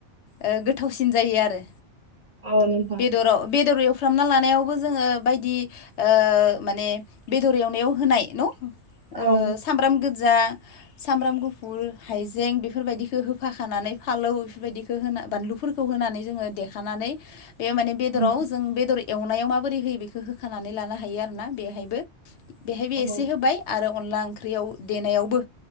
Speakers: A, on the left (about 70°); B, on the right (about 35°).
A: ओ गोथावसिन जायो आरो।
B: औ नोंथां
A: बेदर अ' बेदर एवफ फ्रामना लानायावबो जोङो बायदि ओ माने बेदर एवनायाव होनाय न' ओ
B: औ
A: सामब्राम गोजा सामब्राम गुफुर हाइजें बेफोरबायदिखो हो फाखानानै फालौ बिफोरबायदिखो होना बानलुफोरखौ होनानै जोङो देखानानै बे माने
B: उम
A: बेदराव जों बेदर एवनायाव माबोरै होयो बेखो होखानानै लानो हायो आरो ना बेहायबो बेहायबो
B: औ
A: एसे हो बाय आरो अनला ओंख्रियाव देनायावबो